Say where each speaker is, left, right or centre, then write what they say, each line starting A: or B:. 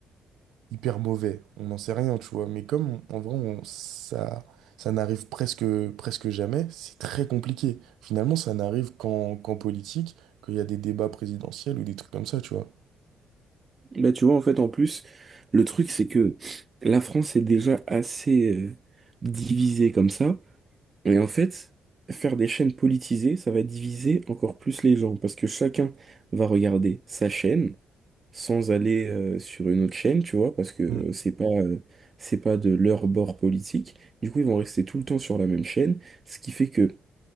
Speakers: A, on the right (about 85°); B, on the right (about 35°).
A: hyper mauvais. On n'en sait rien, tu vois. Mais comme on- en vrai, on- ça, ça n'arrive presque, presque jamais, c'est très compliqué. Finalement, ça n'arrive qu'en qu'en politique, qu'il y a des débats présidentiels ou des trucs comme ça, tu vois.
B: Bah, tu vois, en fait, en plus, le truc, c'est que la France est déjà assez euh, divisée comme ça. Et en fait, faire des chaînes politisées, ça va diviser encore plus les gens. Parce que chacun va regarder sa chaîne sans aller euh, sur une autre chaîne, tu vois, parce que
A: Mm.
B: c'est pas, euh, c'est pas de leur bord politique. Du coup, ils vont rester tout le temps sur la même chaîne. Ce qui fait que